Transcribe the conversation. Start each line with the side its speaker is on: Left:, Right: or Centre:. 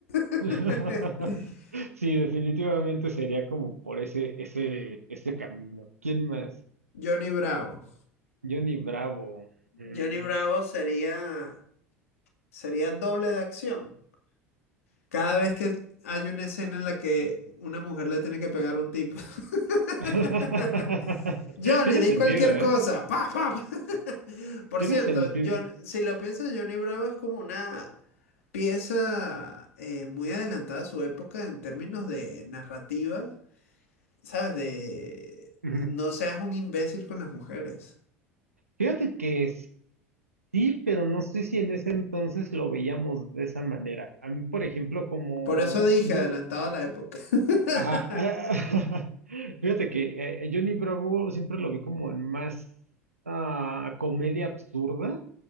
Left: <laughs>
Right: <laughs> Sí, definitivamente sería como por ese, ese, ese camino. ¿Quién más?
Left: Johnny Bravo.
Right: Johnny Bravo. Mm.
Left: Johnny Bravo sería. Sería doble de acción. Cada vez que hay una escena en la que una mujer le tiene que pegar a un tipo. <laughs>
Right: <laughs>
Left: Johnny,
Right: Tiene
Left: di
Right: sentido,
Left: cualquier
Right: ¿eh?
Left: cosa. Pa, pa, pa. <laughs> Por
Right: Tiene
Left: cierto,
Right: sentido.
Left: John, si lo piensas, Johnny Bravo es como una pieza eh, muy adelantada a su época en términos de narrativa, ¿sabes? De
Right: Ujú.
Left: no seas un imbécil con las mujeres.
Right: Fíjate que sí, pero no sé si en ese entonces lo veíamos de esa manera. A mí, por ejemplo, como...
Left: Por eso dije
Right: No,
Left: adelantado a la época. <laughs>
Right: ajá, ah, <laughs> Fíjate que eh, Johnny Bravo siempre lo vi como en más ah, comedia absurda.